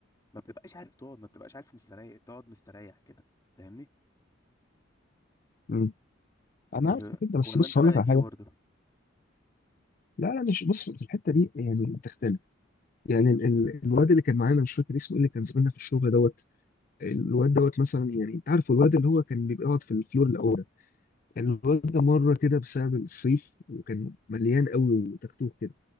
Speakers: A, on the left; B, on the left.
A: ما بتبقاش عارف تقعد ما بتبقاش عارف مستريح تقعد مستريح كده فاهمني
B: مم. انا
A: يعني
B: عارف كده بس
A: ولا
B: بص
A: انت
B: هقول
A: رايك
B: لك على حاجه
A: ايه برضو
B: لا لا مش بص في الحته دي يعني بتختلف يعني ال- ال- الواد اللي كان معانا مش فاكر اسمه إيه اللي كان زميلنا في الشغل دوت الواد دوت مثلا يعني انت عارف الواد اللي هو كان بيبقى يقعد في الفلور الاول ده. الواد ده مره كده بسبب الصيف وكان مليان قوي وتكتوك كده